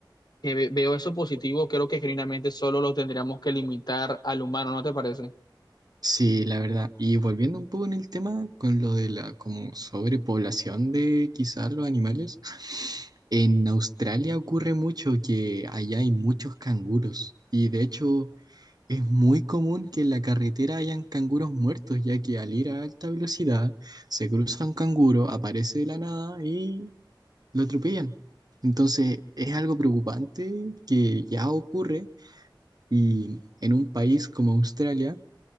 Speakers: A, on the left; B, on the right.
A: eh, ve- veo eso positivo, creo que genuinamente solo lo tendríamos que limitar al humano, ¿no te parece?
B: Sí, la verdad. Y volviendo un poco en el tema con lo de la como sobrepoblación de quizás los animales, <sighs> en Australia ocurre mucho que allá hay muchos canguros y de hecho es muy común que en la carretera hayan canguros muertos, ya que al ir a alta velocidad se cruza un canguro, aparece de la nada y lo atropellan. Entonces es algo preocupante que ya ocurre Y en un país como Australia,